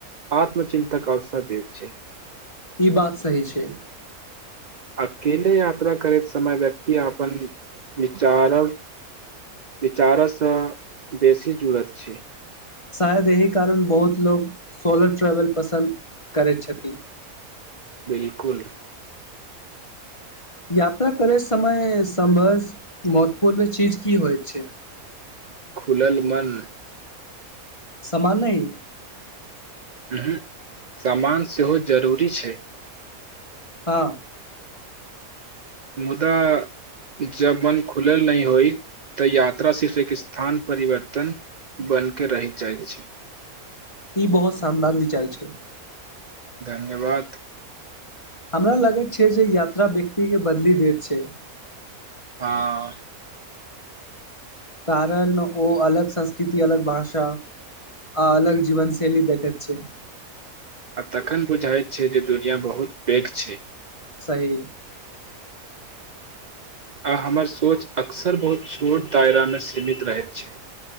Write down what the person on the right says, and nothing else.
आत्मचिन्तक अवसर देत छै
अकेले यात्रा करैत समय व्यक्ति अपन विचार विचारसँ बेसी जुड़त छै
बिलकुल
खुलल मन
ह सामान सेहो जरूरी छै
मुदा जब मन खुलल नहि होइत त यात्रा सिर्फ एक स्थान परिवर्तन बन क रहित जाइत छै
धन्यवाद
हँ
आ तखन बुझाइत छै जे दुनिआ बहुत पैघ छै
आ हमर सोच अक्सर बहुत छोट दायरामे सीमित रहैत छै